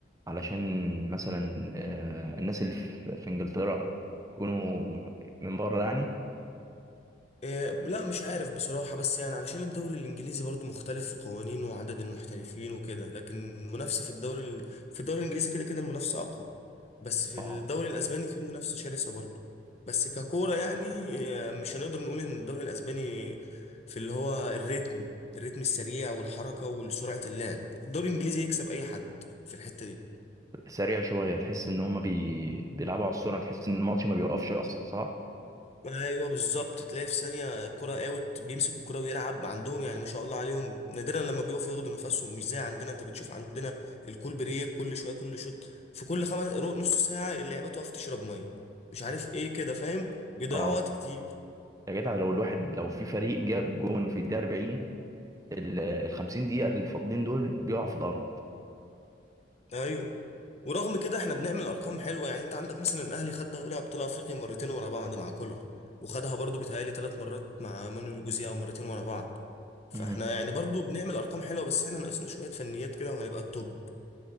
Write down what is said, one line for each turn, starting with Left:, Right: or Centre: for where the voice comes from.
Right: علشان مثلا آه، الناس اللي في في انجلترا يكونوا من بره يعني
Left: إيه لا مش عارف بصراحة بس يعني علشان الدوري الإنجليزي برضو مختلف في قوانينه وعدد المحترفين وكده لكن المنافسة في الدوري ال- في الدوري الإنجليزي كده كده المنافسة أقوى بس في
Right: اه
Left: الدوري الأسباني في منافسة شرسة برضو بس ككورة يعني آه، مش هنقدر نقول إن الدوري الأسباني في اللي هو الريتم الريتم السريع والحركة وسرعة اللعب الدوري الإنجليزي يكسب أي حد في الحتة دي
Right: سريع شويه تحس ان هم بي... بيلعبوا على السرعه تحس ان الماتش ما بيوقفش اصلا صح
Left: ايوه بالظبط تلاقي في ثانيه الكره اوت بيمسك الكره ويلعب عندهم يعني ما شاء الله عليهم نادرا لما بيقفوا ياخدوا نفسهم مش زي عندنا انت بتشوف عندنا الكول بريك كل شويه كل شوط في كل خمس رو- نص ساعه اللعيبه تقف تشرب ميه مش عارف ايه كده فاهم بيضيعوا
Right: اه
Left: وقت كتير
Right: يا جدع لو الواحد لو في فريق جاب جون في الدقيقه 40 ال ال 50 دقيقه اللي فاضلين دول بيقعوا في الارض
Left: ايوه ورغم كده احنا بنعمل ارقام حلوه يعني انت عندك مثلا الاهلي خد دوري ابطال افريقيا مرتين ورا بعض مع كولر وخدها برضو بيتهيألي ثلاث مرات مع مانويل جوزيه او مرتين ورا بعض فاحنا
Right: امم
Left: يعني برضو بنعمل ارقام حلوه بس احنا ناقصنا شويه فنيات كده وهنبقى توب